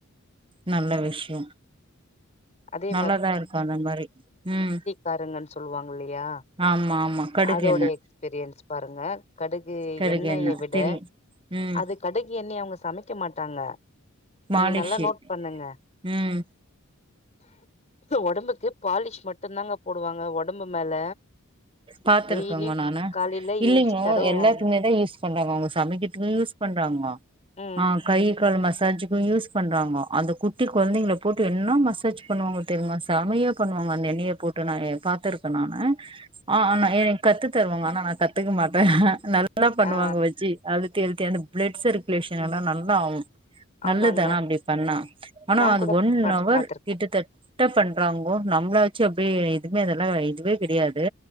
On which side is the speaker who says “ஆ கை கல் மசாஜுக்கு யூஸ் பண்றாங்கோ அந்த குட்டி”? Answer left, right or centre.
Right